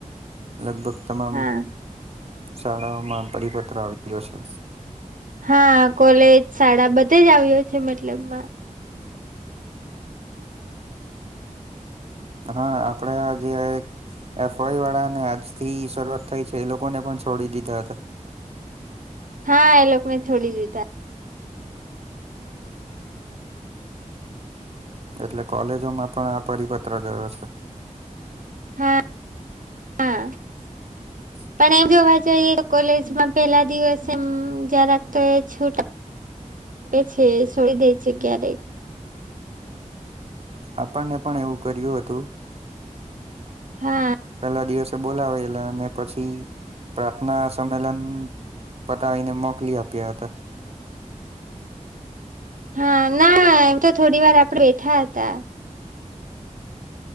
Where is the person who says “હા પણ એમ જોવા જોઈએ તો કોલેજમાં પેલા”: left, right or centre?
Right